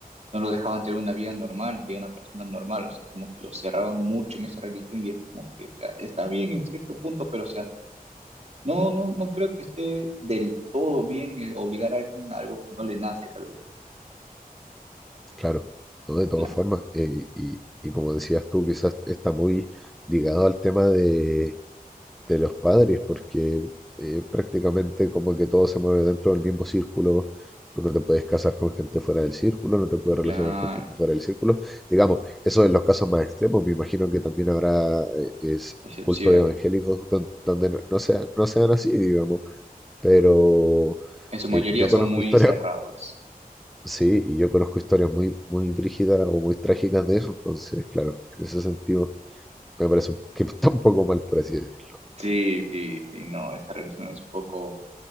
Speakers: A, on the right; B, in the centre.
A: no los dejaban tener una vida normal, de una persona normal, o sea, como que los cerraban mucho en esa religión y es como que, o sea, está bien en cierto punto, pero o sea, no, no, no creo que esté del todo bien eh, obligar a alguien a algo que no le nace, tal vez.
B: claro, ¿no? de todas
A: Claro,
B: formas, eh, y, y como decías tú, quizás está muy ligado al tema de de los padres, porque eh, prácticamente como que todo se mueve dentro del mismo círculo. Tú no te puedes casar con gente fuera del círculo, no te puedes
A: claro,
B: relacionar con gente fuera del círculo. Digamos, eso en los casos más extremos. Me imagino que también habrá eh, es,
A: excepciones.
B: cultos evangélicos don- donde, no, no sea- no sean así, digamos. Pero
A: En su mayoría
B: eh, yo
A: son
B: conozco
A: muy
B: historias,
A: cerrados.
B: <laughs> sí, y yo conozco historias muy, muy brígidas o muy trágicas de eso. Entonces, claro, en ese sentido me parece un- <laughs> que está un poco mal, por así decirlo.
A: Sí, sí, sí, no, esa religión es un poco